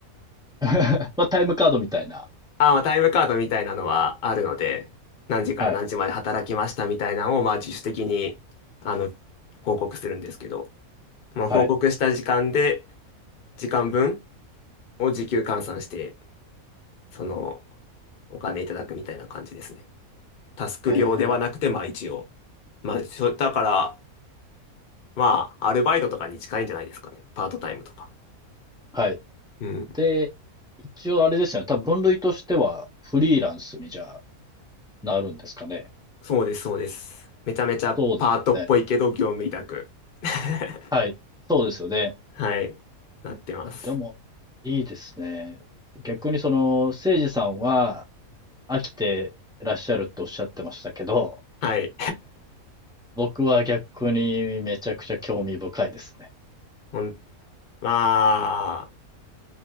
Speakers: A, in the centre; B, on the left (about 45°).
A: <laughs> まあ、タイムカードみたいな。
B: あ、まあタイムカードみたいなのはあるので、何時から何時まで働きましたみたいなのを、
A: はい。
B: まあ自主的に、あの、報告するんですけど、まあ、
A: はい。
B: 報告した時間で、時間分を時給換算して、その、お金いただくみたいな感じですね。タスク料ではなくて、
A: へえ
B: まあ一応。まあ、しょだから、まあ、アルバイトとかに近いんじゃないですかね。パートタイムとか。
A: ー。はい。
B: うん。
A: で、一応あれですよね。多分分類としては、フリーランスにじゃあ、なるんですかね。
B: そうです、そうです。めちゃめちゃパートっぽいけど、
A: そうですよね。
B: 業務委託。<laughs>
A: はい。そうですよね。
B: はい。なってます。
A: でも、いいですね。逆にその、せいじさんは飽きてらっしゃるとおっしゃってましたけど、
B: はい。
A: 僕は逆にめちゃくちゃ興味深いですね。
B: ほん、まあ、